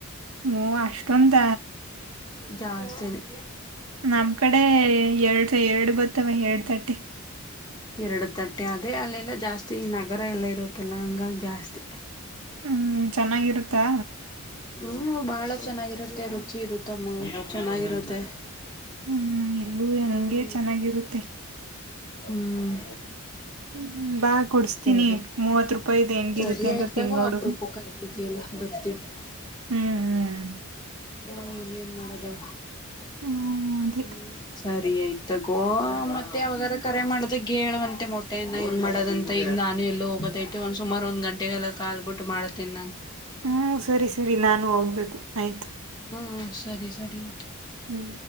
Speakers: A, on the right (about 70°); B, on the left (about 20°).
A: ಓ ಅಷ್ಟೊಂದ
B: ಜಾಸ್ತಿನೇ
A: ನಮ್ ಕಡೆ ಎರಡು ಎರಡು ಬರ್ತವೆ ಎರಡ್ ತಟ್ಟೆ
B: ಎರಡು ತಟ್ಟೆ ಅದೇ ಅಲ್ಲೆಲ್ಲ ಜಾಸ್ತಿ ಈ ನಗರ ಎಲ್ಲ ಇರುತ್ತಲ್ಲ ಹಂಗಾಗಿ ಜಾಸ್ತಿ
A: ಹ್ಮ್ ಚೆನ್ನಾಗಿರುತ್ತಾ
B: ಹ್ಮ್ ಬಹಳ ಚೆನ್ನಾಗಿರುತ್ತೆ ರುಚಿ ಇರುತ್ತಮ್ಮ ಚೆನ್ನಾಗಿರುತ್ತೆ
A: ಹ್ಮ್ ಇಲ್ಲೂ
B: ಹ್ಮ್
A: ಹಂಗೆ ಚೆನ್ನಾಗಿರುತ್ತೆ
B: ಹ್ಮ್
A: ಹ್ಮ್, ಬಾ ಕೊಡ್ಸ್ತೀನಿ
B: ಸರಿ
A: ಮೂವತ್ ರೂಪಾಯಿದ ಹೆಂಗಿರುತ್ತೆ
B: ಸರಿ
A: ಅಂತ
B: ಆಯ್ತಾಗೋ
A: ತಿನ್ನೋಡು
B: ಅಪ್ರೂಪ ಕ ಇದ ಇದೆಯಲ್ಲ ಬರ್ತೀವಿ
A: ಹ್ಮ್ ಹ್ಮ್
B: ಹ್ಮ ಇನ್ ಏನ್ ಮಾಡೋದು
A: ಹ್ಮ್ ಅದೇ
B: ಹ್ಮ್ ಸರಿ ಆಯ್ತಗೋ ಮತ್ತೆ ಯಾವಾಗಾರ ಕರೆ ಮಾಡೋದ ಗೇ ಹೇಳುವಂತೆ ಮೊಟ್ಟೆ ಇಂದ ಏನ್ ಮಾಡದಂತ ಈ ನಾನು ಎಲ್ಲೋ ಹೋಗೋದೈಐತೆ ಒಂದ್ ಸುಾರ ಒಂದ್ಂಟೆಗೆಲ್ಲ ಕಾಲ್ಬ ಬಿಟ್ಟು ಮಾಡ್ತೇಿ ನಾನನ್
A: ಹ್ಮ್ ಸರಿ ಸರಿ ನಾನು ಹೋಗ್ಬೇಕು ಆಯ್ತು
B: ಹ್ಮ್ ಸರಿ ಸರಿ
A: ಹ್ಮ್